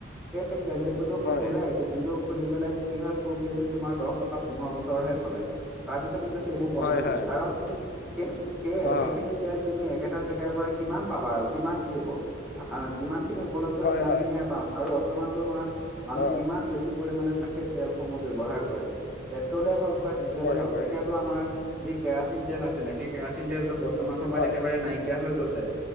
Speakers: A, in the centre; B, on the left.
A: সেই তেল ডিপোত
B: হয়,
A: খোলে, কিন্তু খুলি পেলাই কি হয়, খুব বেছি তোমাৰ দহ বা পোন্ধৰ বছৰহে চলে। তাৰপিছত কিন্তু সেইসমোৰ বন্ধ
B: হয়,
A: কৰি
B: হয়,
A: দিয়ে, কাৰণ তুমি সেই সেই একেখিনি
B: অ',
A: তেল তুমি একেটা জাগাৰ পৰা কিমান পাবা আৰু, কিমান দিব, যিমান খিনি উপলব্ধ
B: হয়,
A: সিমান
B: হয়,
A: খিনি পাম আৰু বৰ্তমান তোমাৰ মানুহ
B: অ',
A: কিমান বেছি পৰিমাণে সেই তেলসমূহ ব্যৱহাৰ কৰে, পেট্ৰলেই হওক বা ডিজেলেই
B: কৰে,
A: হওক,
B: কৰে,
A: এতিয়াতো আমাৰ যি কেৰাচিন তেল আছিলে, সেই কেৰাচিন তেলটো বৰ্তমান সময়ত
B: হয়,
A: একেবাৰে নাইকিয়া হৈ গৈছে।